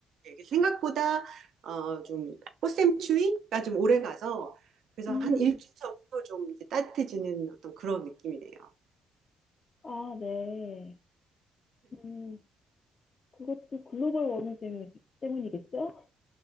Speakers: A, on the right; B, on the left.
A: 이게 생각보다 어, 좀 꽃샘추위가 좀 오래 가서 그래서
B: 음,
A: 한 일주일 전부터 좀 이제 따뜻해지는 어떤 그런 느낌이네요.
B: 아, 네. 음, 그것도 글로벌 워밍 때문, 때문이겠죠?